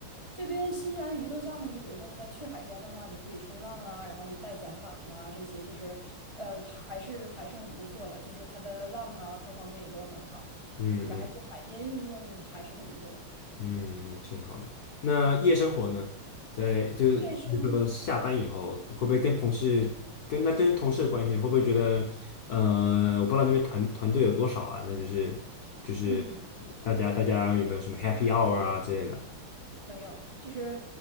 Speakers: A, on the right; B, on the left.
A: 这边新西兰娱乐项目，你比如说你再去海边的话，你可以冲浪啊，然后你带桨板呐、这些就是，呃，它还是还是很不错的，就是它的浪啊各方面也都很好，
B: 嗯嗯
A: 然后就海边运动还是很多的。
B: 嗯，嗯挺好的。那夜生活呢？在就比如说下班以后，
A: 夜生，
B: 会不会跟同事跟那跟同事的关系，会不会觉得呃，我不知道那边团团队有多少啊？那就是就是
A: 嗯。
B: 大家大家有没有什么 happy hour 啊之类的？
A: 没有，就是